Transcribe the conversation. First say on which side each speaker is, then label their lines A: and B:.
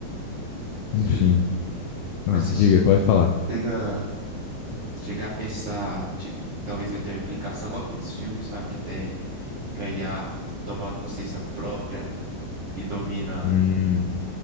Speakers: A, on the right; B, on the left.
A: Você-
B: enfim, ah,
A: mas você
B: diga, pode falar.
A: chega, chega a pensar, tipo, talvez vai ter uma aplicação, igual aqueles filmes, sabe, que tem, que a IA toma consciência própria e domina,
B: Hum,